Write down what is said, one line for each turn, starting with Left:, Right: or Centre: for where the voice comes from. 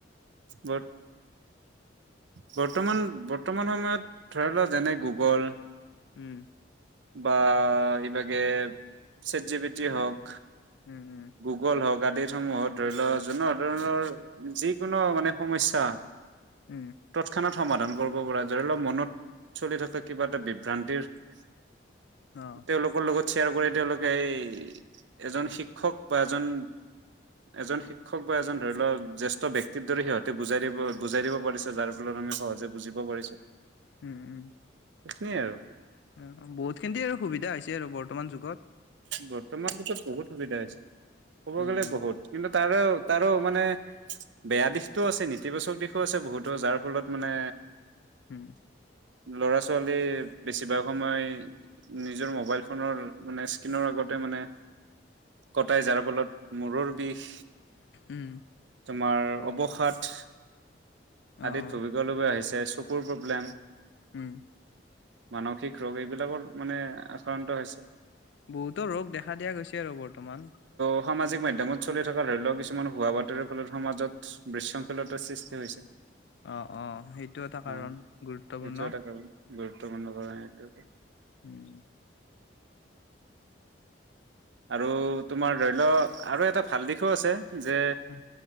Right: ব বৰ্তমান বৰ্তমান সময়ত ধৰি লোৱা যেনে গুগল
Left: উম।
Right: বা এইভাগে চেটজীবিটি হওক।
Left: উম, উম,
Right: গুগল হক সমূহত ধৰি লও জনোনসাধৰণৰ যিকোনো মানে সমস্যা
Left: উম,
Right: তৎক্ষণাত সমাধান কৰিব পৰা ধৰি লওক মনত চলি থকা কিবা এটা বিভ্ৰান্তিৰ তেওঁলোকৰ
Left: অ',
Right: লগত শ্বেয়াৰ কৰি তেওঁলোকে এই এজন শিক্ষক বা এজন এজন শিক্ষক বা এজন ধৰি লও জ্যেষ্ঠ ব্যয়ক্তিৰ দৰে সিহঁতে বুজাই দিব, বুজাই দিব, পিছে যাৰ ফলত আমি সহজে বুজিব পাৰিছো
Left: উম উম
Right: এই খিনিয়ে আৰু,
Left: অ', বহুত খিনি আৰু সুবিধা হৈছে আৰু বৰ্তমান যুগত
Right: বৰ্তমান পিছত বহুত সুবিধা হৈছে। ক'ব
Left: উম,
Right: গ'লে বহুত কিন্তু, তাৰো তাৰো মানে বেয়া দিশতটো আছে, নেতিবাচক দিশো আছে বহুতো, যাৰ ফলত মানে
Left: হুম
Right: ল'ৰা ছোৱালী বেছিভাগ সময় নিজৰ মোবাইল ফোনৰ মানে কিনৰ আগতে মানে কটাই যাৰ ফলত মূৰৰ বিষ,
Left: উম
Right: তোমাৰ অৱসাদ,
Left: অ', অ',
Right: আদিত ভুগিব লগা হৈছে। যে চকুৰ প্ৰব্লেম,
Left: উম
Right: মানসিক ৰোগ, এইবিলাকৰ মানে আক্ৰান্ত হৈছে।
Left: বহুতো ৰোগ দেখা দিয়া গৈছে আৰু বৰ্তমান,
Right: অসামাজিক মাধ্যমত চলি থকা ধৰি লওক কিছুমান ভুৱা বাতৰিৰ ফলত সমাজত বিশৃংখলতাৰ সৃষ্টি হৈছে।
Left: অ' অ' সেইটো এটা
Right: অ
Left: কাৰণ গুৰুত্বপূৰ্ণ,
Right: সেইটো এটা কাৰণ গুৰুত্বপূৰ্ণ কাৰন এইটো।
Left: উম
Right: আৰু তোমাৰ ধৰি লও আৰু এটা ভাল দিশো আছে, যে
Left: উম,